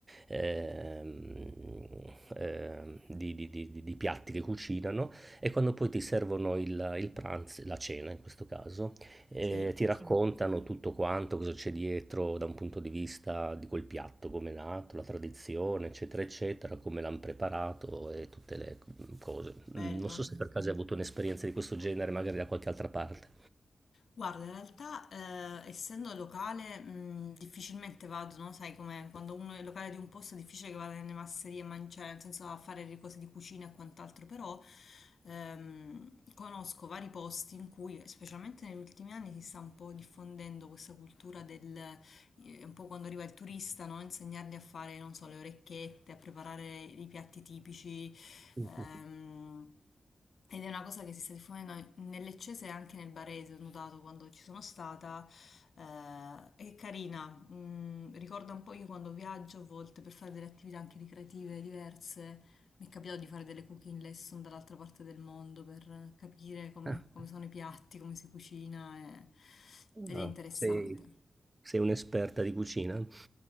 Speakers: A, on the right (about 25°); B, on the left (about 80°).
A: ehm, ehm, di, di- di- di- di piatti che cucinano e quando poi ti servono il, il pranzo, la cena in questo caso, eh,
B: sì.
A: ti raccontano tutto quanto, cosa c'è dietro da un punto di vista di quel piatto, come è nato, la tradizione, eccetera, eccetera, come l'hanno preparato e tutte le cose. Mhmm,
B: Bello.
A: non so se per caso hai avuto un'esperienza di questo genere, magari da qualche altra parte.
B: Guarda, in realtà, eh, essendo locale, mh, difficilmente vado, no? Sai com'è? Quando uno è locale di un posto è difficile che vada nelle masserie a mangiare, nel senso a fare le cose di cucina e quant'altro, però ehm, conosco vari posti in cui, specialmente negli ultimi anni, si sta un po' diffondendo questa cultura del, eh, un po' quando arriva il turista, no? Insegnargli a fare, non so, le orecchiette, a preparare i piatti tipici
A: <laughs> Mh-mh.
B: Ehm, ed è una cosa che si sta diffondendo nel Leccese e anche nel Barese, ho notato quando ci sono stata. eh, è carina, mm, ricorda un po' io quando viaggio a volte per fare delle attività anche ricreative diverse. Mi è capitato di fare delle cooking lesson dall'altra parte del mondo per capire come,
A: Ah,
B: come sono i piatti, come si cucina e- ed
A: ah,
B: è interessante.
A: sei Sei un'esperta di cucina?